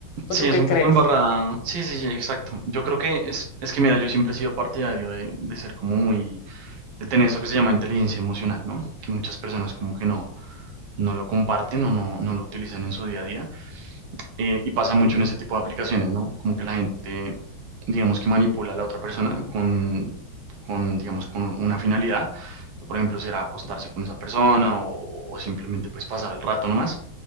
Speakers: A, on the left; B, on the right.
A: ¿O
B: Sí,
A: tú
B: es
A: qué
B: un
A: crees?
B: poco embarrada. Sí, sí, sí, exacto. Yo creo que es, es que, mira, yo siempre he sido partidario de, de ser como muy, de tener eso que se llama inteligencia emocional, ¿no? Que muchas personas como que no, no lo comparten o no, no lo utilizan en su día a día. Eh, y pasa mucho en ese tipo de aplicaciones, ¿no? Como que la gente, digamos que manipula a la otra persona con, con digamos, con un- una finalidad, que por ejemplo será acostarse con esa persona o, o simplemente pues pasar el rato nomás.